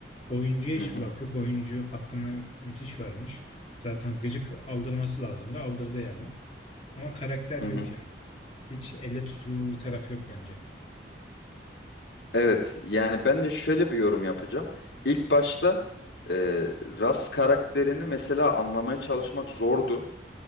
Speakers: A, on the left; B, on the left.
A: Oyuncuya hiçbir
B: Hı hı,
A: laf yok. Oyuncu hakkını müthiş vermiş. Zaten gıcık aldırması lazımdı. Aldırdı yani. Ama karakter yok
B: hı hı.
A: ya. Hiç elle tutulur bir tarafı yok bence.
B: Evet yani ben de şöyle bir yorum yapacağım. İlk başta e, Ras karakterini mesela anlamaya çalışmak zordu.